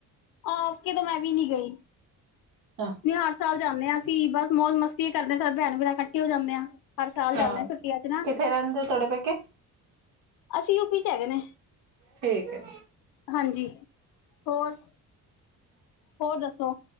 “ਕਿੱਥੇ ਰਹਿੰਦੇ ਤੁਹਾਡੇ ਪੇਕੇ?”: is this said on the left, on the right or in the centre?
Right